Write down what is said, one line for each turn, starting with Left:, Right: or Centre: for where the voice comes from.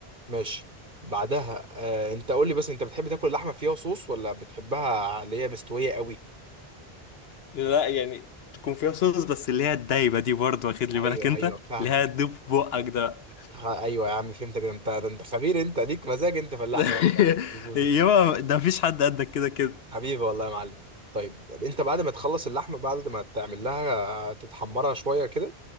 Right: ماشي بعدها آه انت قول لي بس انت بتحب تاكل اللحمه فيها صوص ولا بتحبها اللي هي مستويه قوي
Left: لا يعني تكون فيها صوص بس اللي هي الدايبة دي برضه واخد لي
Right: ايوه
Left: بالك انت
Right: ايوه فاهمك
Left: اللي هي تدوب في بقك ده
Right: خ... ايوه يا عم فهمتك ده انت ده انت خبير انت ليك مزاج انت في اللحمه
Left: <laughs>
Right: يا خلبوس
Left: يابا
Right: انت
Left: ده مفيش حد قدك كده كده
Right: حبيبي والله يا معلم طيب طب انت بعد ما تخلص اللحمه بعد ما تعمل لها تتحمرها شويه كده